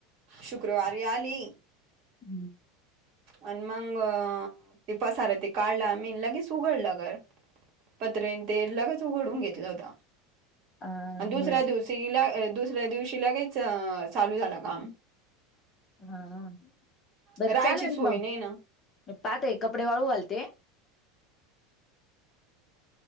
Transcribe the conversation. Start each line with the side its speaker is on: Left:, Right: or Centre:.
Right: शुक्रवारी आली.
Left: हम्म
Right: आण मग ते पसार ते काढल मीन आम्ही लगेच उघडलं घर पत्रेन ते लगेच उघडून घेतल होत.
Left: अ
Right: अन दुसऱ्या
Left: बर
Right: दिवशी दुसऱ्या दिवशी लगेच चालू झालं काम
Left: हा हा बरं
Right: राहायची
Left: चालेल
Right: सोय
Left: मग
Right: नाही ना
Left: पाहते कपडे वाळू घालते.